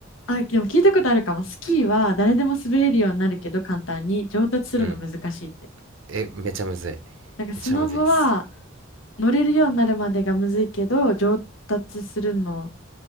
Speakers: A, on the left; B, on the right.
A: あ、あ、でも聞いたことあるかも。スキーは誰でも滑れるようになるけど簡単に上達するの難しいって。
B: うん。え、めちゃむずい。
A: なんかスノボは
B: めちゃむずいっす。
A: 乗れるようになるまでがむずいけど上達するの